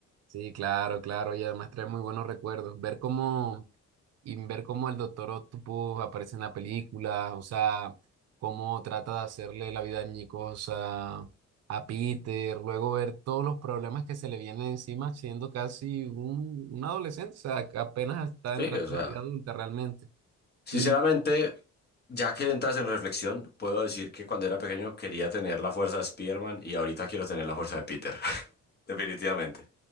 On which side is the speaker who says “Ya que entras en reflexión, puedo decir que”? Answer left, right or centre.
Left